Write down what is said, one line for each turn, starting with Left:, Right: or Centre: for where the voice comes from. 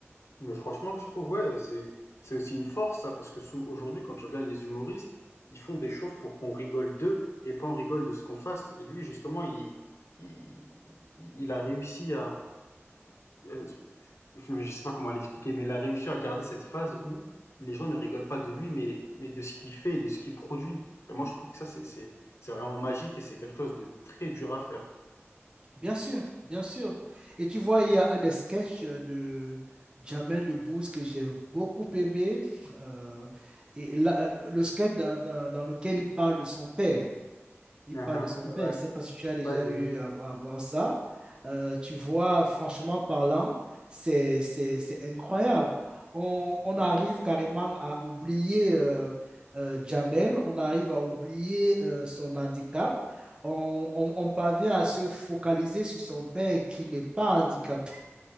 Left: Mais franchement, que je trouve, ouais, c'est c'est aussi une force, ça, parce que sous- aujourd'hui, quand tu regardes les humoristes, ils font des choses pour qu'on rigole d'eux et pas on rigole de ce qu'on fasse. Et lui, justement, il, il, il a réussi à, euh, je ne sais pas comment l'expliquer, mais il a réussi à garder cette phase où les gens ne rigolent pas de lui, mais, mais de ce qu'il fait et de ce qu'il produit. Et moi, je trouve que ça, c'est, c'est, c'est vraiment magique et c'est quelque chose de très dur à faire.
Right: Bien sûr, bien sûr. Et tu vois, il y a un des sketchs de Jamel Debbouze que j'ai beaucoup aimé. euh, et là, le sketch dans, dans- dans lequel il parle de son père il
Left: Ah
Right: parle
Left: ah,
Right: de son père.
Left: Ouais,
Right: Je ne sais pas si tu as déjà
Left: ouais, j'ai
Right: eu
Left: vu.
Right: à, à voir ça. Euh, tu vois, franchement parlant, c'est, c'est, c'est incroyable. On, on arrive carrément à oublier euh, euh, Jamel, on arrive à oublier euh, son handicap. On, on- on parvient à se focaliser sur son père qui n'est pas handicapé,